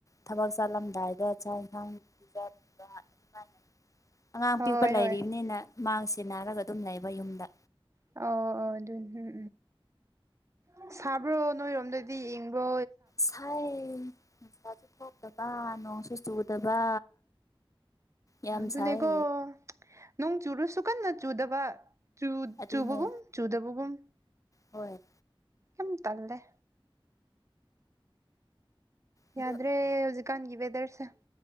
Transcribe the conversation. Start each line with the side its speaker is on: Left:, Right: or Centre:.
Left: ꯊꯕꯛ ꯆꯠꯂꯝꯗꯥꯏꯗ ꯑꯉꯥꯡ ꯑꯗꯨꯃꯥꯏꯅ ꯑꯉꯥꯡ
Right: ꯍꯣꯏ
Left: ꯄꯤꯛꯄ ꯂꯩꯔꯤꯕꯅꯤꯅ
Right: ꯍꯣꯏ
Left: ꯃꯥꯡꯁꯦ ꯅꯥꯔꯒ ꯑꯗꯨꯝ ꯂꯩꯕ ꯌꯨꯝꯗ
Right: ꯑꯣ ꯑꯣ ꯑꯗꯨꯅꯤ ꯎꯝ ꯎꯝ ꯁꯥꯕ꯭ꯔꯣ ꯅꯣꯏꯔꯣꯝꯗꯗꯤ ꯢꯛꯕ꯭ꯔꯣ
Left: ꯁꯥꯏ ꯑꯦ ꯉꯁꯥꯏ ꯅꯨꯡꯁꯥꯁꯨ ꯈꯣꯛꯇꯕ ꯅꯣꯡꯁꯨ ꯆꯨꯗꯕ ꯌꯥꯝ
Right: ꯗꯨꯅꯦꯀꯣ
Left: ꯁꯥꯏ
Right: ꯅꯣꯡ ꯆꯨꯔꯨꯁꯨ ꯀꯟꯅ ꯆꯨꯗꯕ
Left: ꯑꯗꯨꯅꯦ
Right: ꯆꯨꯕꯒꯨꯝ ꯆꯨꯗꯕꯒꯨꯝ
Left: ꯍꯣꯏ
Right: ꯌꯥꯝ ꯇꯜꯂꯦ
Left: ꯑꯗꯨ
Right: ꯌꯥꯗ꯭ꯔꯦ ꯍꯧꯖꯤꯛꯀꯥꯟꯒꯤ ꯋꯦꯗꯔꯁꯦ